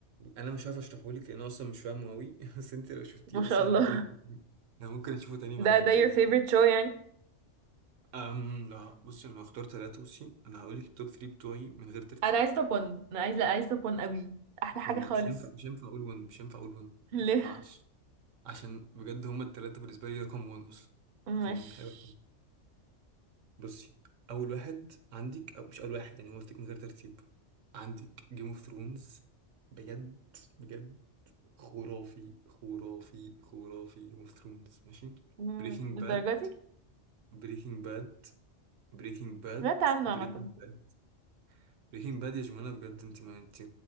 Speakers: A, on the right; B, on the right.
A: انا مش عارف اشرحهولك لان أنا اصلا مش فاهمه قوي <laughs> بس انت لو شفتيه
B: ما شاء
A: اصلا
B: الله
A: انا ممكن أشوفه- انا ممكن اشوفه تاني معاك
B: ده ده <laughs>
A: يعني
B: your favorite show يعني
A: أم لا بصي انا لو اخترت ثلاثة بصي انا هقول لك التوب 3 بتوعي من غير ترتيب
B: انا عايزة طبون انا عايزة لا عايزة طبون قوي احلى
A: مش
B: حاجة
A: one
B: خالص
A: مش هينفع مش هينفع اقول 1 مش هينفع اقول 1
B: ليه
A: ما ينفعش عشان بجد هما الثلاثة بالنسبة لي رقم 1 اصلا
B: مش
A: رقم 1 حلو بصي اول واحد عندك او مش اول واحد يعني أنا قلت لك من غير ترتيب عندك جيم اوف ثرونز بجد بجد خرافي خرافي خرافي جيم اوف ثرونز ماشي
B: مم،
A: بريكنج
B: للدرجة
A: باد
B: دي
A: بريكنج باد بريكنج باد
B: سمعت عنه
A: بريكنج
B: عامة
A: باد بريكنج باد يا جماعه بجد انت ما انت